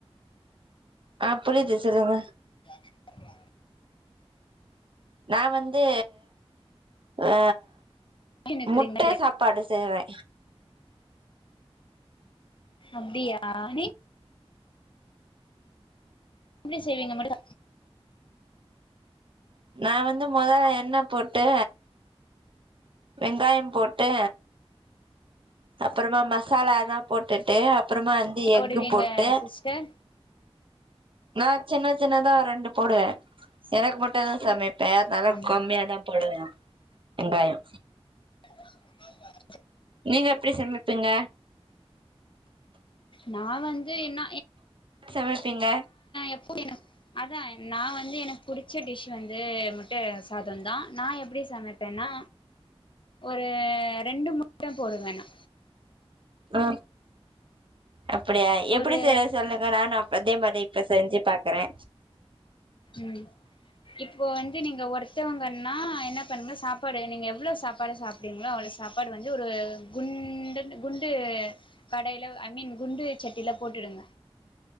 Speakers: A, on the right (about 55°); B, on the left (about 55°).
A: அ புரிது சொல்லுங்க
B: ஆ
A: நா வந்து ஆ
B: நிக்கிறீங்க
A: முட்ட சாப்பாடு செய்றே
B: அப்படியா நீ எப்படி செய்வீங்க முட்ட
A: நா வந்து முதல்ல எண்ண போட்டு வெங்காயோ போட்டு அப்புறமா மசாலாலா போட்டுட்டு அப்புறமா வந்து எக்கு
B: போடுவீங்க
A: போட்டு
B: சிஸ்டர்
A: நான் சின்ன சின்னதான் ரெண்டு போடுவே எனக்கு மட்டூம்தான் சமைப்ப அதனால
B: அப்டி
A: கம்மியாதா போடுவே வெங்காயோ
B: அ
A: நீங்க எப்படி சமிப்பீங்க
B: நா வந்து என்ன
A: சமைப்பீங்க
B: எப்போ என அதான் நா வந்து எனக்கு பிடிச்ச டிஷ்ஷு வந்து முட்ட சாதோ தா நா எப்டி சமைப் னா ஒரு ரெண்டு முட்ட போடுவே நா
A: ஆ அப்படியா எப்டி
B: ஒரு
A: செய்ர சொல்லுங்க நானும் அதே மாரி இப்ப செஞ்சு பாக்குறே
B: ம் இப்போ வந்து நீங்க ஒருத்தவங்கன்னா என்ன பண்ணுங்க சாப்பாடு நீங்க எவ்ளோ சாப்பாடு சாப்டுவிகளோ அவளோ சாப்பாடு வந்து ஒரு குண்டு குண்டு கடையில ஐ மீன் குண்டு சட்டியில போட்டு போட்டடுங்க